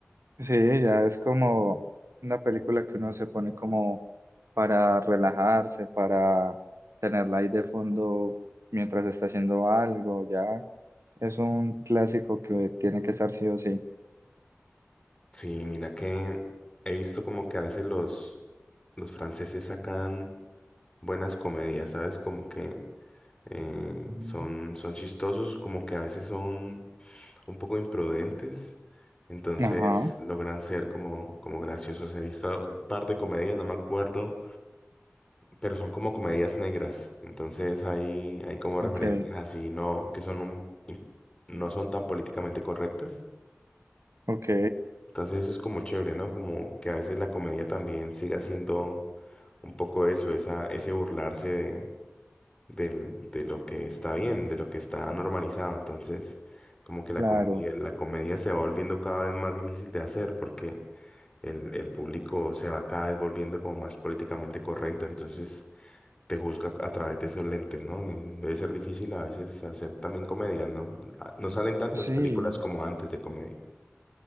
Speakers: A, on the right; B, on the left.
A: Sí, ya es como una película que uno se pone como para relajarse, para tenerla ahí de fondo mientras está haciendo algo, ya es un clásico que tiene que estar sí o sí.
B: Sí, mira que he visto como que a veces los, los franceses sacan buenas comedias, ¿sabes? Como que eh,
A: Ujú.
B: son, son chistosos, como que a veces son un poco imprudentes. Entonces
A: Ajá,
B: logran ser como, como graciosos. He visto un par de comedias, no me acuerdo. pero son como comedias negras. Entonces hay, hay como
A: ok,
B: referencias así, no, que son un, in- no son tan políticamente correctas.
A: ok,
B: En- Entonces eso es como chévere, ¿no? Como que a veces la comedia también siga siendo un poco eso, esa, ese burlarse de, del- de lo que está bien, de lo que está normalizado. Entonces, como que la
A: claro.
B: comedia, la comedia se va volviendo cada vez más difícil de hacer porque el, el público se va cada vez volviendo como más políticamente correcto. Entonces, te juzga a través de esos lentes, ¿no? Y debe ser difícil a veces hacer también comedia, ¿no? Ah, No salen tantas
A: Sí,
B: películas como antes de comedia.